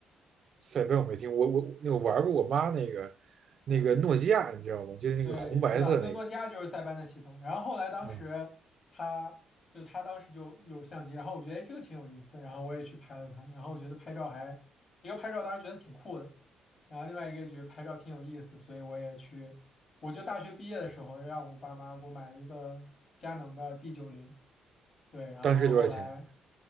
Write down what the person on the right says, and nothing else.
赛班我没听，我我那我玩过我妈那个那个诺基亚，
你知道吗？就是那个红白色那个。
嗯，
当时多少钱？